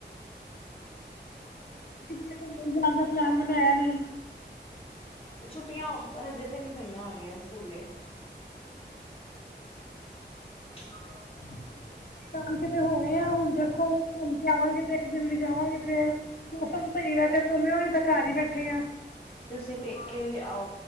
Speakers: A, on the left; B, on the left.
A: ਪਿੰਡ ਜਾਾਨ ਦਾ ਫਲੰਗ ਨੂੰ ਹੋਇਆ ਨ
B: ਛੁੱਟੀਆਂ ਹਜੇ ਤੇ ਨਹੀਂੀ ਪਈਆਂ ਹੋਣੀਆਂ ਸਕੂਲੇ ਹ
A: <unintelligible> ਆ ਹੁਣ ਦੇਖੋ ਘੁੰਮ ਕੇ ਆਵਾਂਗੇ ਇੱਕ ਦਿਨ ਵੀ ਜਾਵਾਂਗੇ ਤੇ ਮੌਸਮ ਸਹੀ ਰਹਿ ਤੇ ਘੁੰਮਿਓ ਨਹੀਂ ਤਾਂ ਘਰ ਹੀ ਬੈਠੇ ਆ
B: ਤੁਸੀਂ ਪੇਕੇ ਆਓ